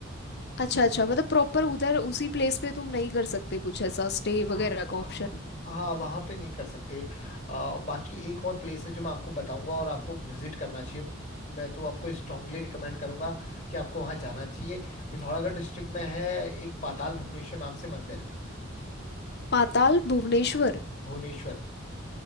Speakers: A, on the left (about 55°); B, on the left (about 40°).
A: अच्छा अच्छा मतलब प्रॉपर उधर उसी प्लेस पे तुम नहीं कर सकते कुछ ऐसा स्टे
B: हाँ
A: वगैरह का ऑप्शन
B: हाँ वहाँ पे नहीं कर सकते आ, बाकी एक और प्लेस है जो मैं आपको बताऊंगा और आपको विजिट करना चाहिए मैं तो आपको स्ट्रांगली रिकमेंड करूंगा कि आपको वहाँ जाना चाहिए पिथौरागढ़ डिस्ट्रिक्ट में है एक पाताल भुवनेश्वर नाम से मंदिर
A: पाताल भुवनेश्वर
B: भुवनेश्वर